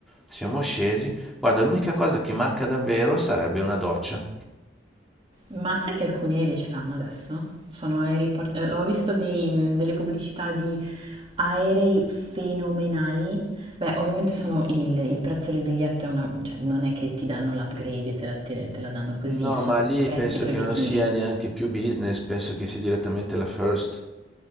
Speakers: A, in the centre; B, on the right.
A: Siamo scesi. Guarda, l'unica cosa che manca davvero sarebbe una doccia.
B: Ma sai che alcuni aerei ce l'hanno adesso? Sono aerei, par- eh, ho visto dei, mh, delle pubblicità di aerei fenomenali. Beh, ovviamente sono il, il prezzo del biglietto è una, cioè non è che ti danno l'upgrade e te la, te- te la danno così,
A: No,
B: sono
A: ma lì
B: prezzi
A: penso
B: proibitivi.
A: che non sia neanche più business, penso che sia direttamente la first.